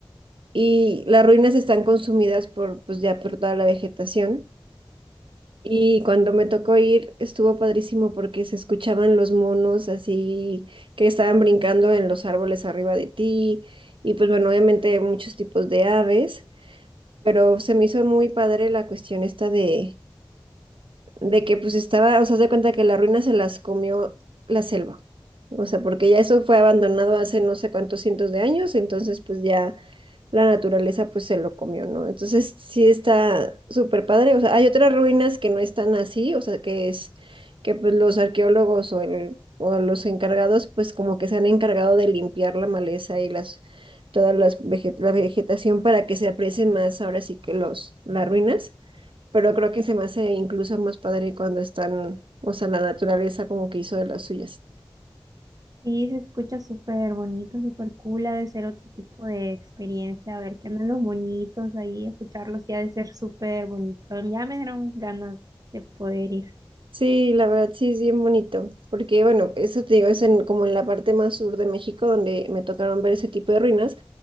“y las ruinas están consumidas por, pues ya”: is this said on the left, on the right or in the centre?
Right